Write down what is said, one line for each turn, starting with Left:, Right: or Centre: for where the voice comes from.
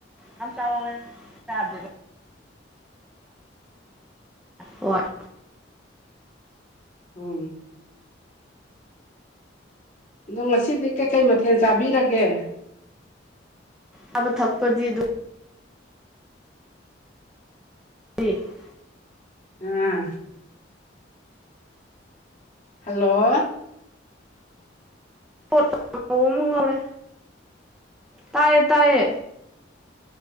Centre: ꯑꯝ ꯆꯥꯎꯋꯦ <unintelligible> ꯗ ꯍꫭꯏ
Left: ꯍꯨꯝ ꯗꯣ ꯉꯁꯤꯗꯤ ꯀꯩꯀꯩ ꯃꯊꯦꯜ ꯆꯥꯕꯤꯔꯒꯦ
Centre: ꯆꯥꯕ ꯊꯛꯄꯗꯤ ꯑꯗꯨꯝ <unintelligible>
Left: ꯑ <unintelligible> ꯍꯜꯂꯣ
Centre: ꯄꯣꯠ <unintelligible> ꯑꯃ ꯉꯧꯔꯦ ꯇꯥꯏꯌꯦ ꯇꯥꯏꯌꯦ